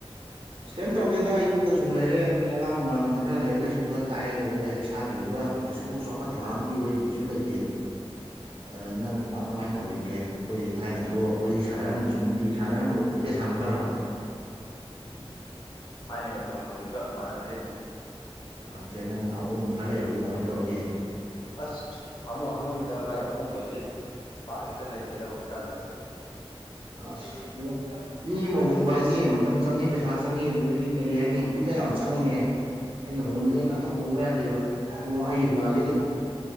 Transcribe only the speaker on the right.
ꯏꯁ ꯀꯩꯝ ꯇꯧꯗꯦꯗ ꯌꯨꯝꯗ ꯁꯨꯝ ꯂꯩꯔꯦ ꯑꯗꯩ ꯑꯉꯥꯡ ꯅꯨꯡꯉꯥꯡ ꯈꯔ ꯂꯥꯏꯔꯤꯛ ꯂꯥꯏꯁꯨ ꯈꯔ ꯇꯥꯛꯑꯦ ꯑꯗꯨꯒ ꯏꯁꯥꯒꯤ ꯑꯣꯏꯕ ꯀꯩꯁꯨ ꯆꯥꯎꯈꯠ ꯊꯧꯔꯥꯡꯒꯤ ꯋꯥꯔꯤꯗꯤ ꯀꯩꯁꯨ ꯂꯩꯇꯦ
ꯑꯥ ꯅꯪ ꯅꯨꯄꯥꯅ ꯀꯃꯥꯏ ꯇꯧꯔꯤꯒꯦ ꯑꯩꯈꯣꯏ ꯊꯥꯏꯅꯁꯨ ꯋꯥꯔꯤ ꯁꯥꯟꯅꯔꯝꯕ ꯁꯨꯝ ꯅꯨꯡꯇꯤꯒꯤ ꯁꯥꯟꯅꯔꯝꯕꯗꯣ ꯀꯨꯏꯔꯦ ꯁꯥꯟꯅꯗꯕ <unintelligible>
ꯃꯥꯟꯅꯗ꯭ꯔꯦ ꯅꯪ ꯑꯍꯣꯡꯕ ꯈꯔ ꯂꯩꯔꯕꯕꯨ ꯀꯃꯥꯏꯅ ꯇꯧꯔꯒꯦ
ꯑꯁ ꯃꯤ ꯑꯃ ꯍꯣꯡꯕ ꯍꯥꯏꯁꯦ ꯃꯇꯝ ꯆꯪꯏ ꯄꯩꯁꯥ ꯆꯪꯏ ꯑꯗꯨꯗꯒꯤ ꯀꯔꯤ ꯍꯥꯏꯅꯤ <unintelligible> ꯌꯥꯝ ꯆꯪꯉꯤꯅꯦ ꯑꯩꯅ ꯍꯣꯡꯅꯤꯡꯉꯦꯅ ꯍꯦꯛꯇ ꯍꯣꯡꯕ ꯌꯥꯗꯦꯕ ꯑꯣ ꯑꯩ
ꯍꯣꯡꯒꯦꯗꯤ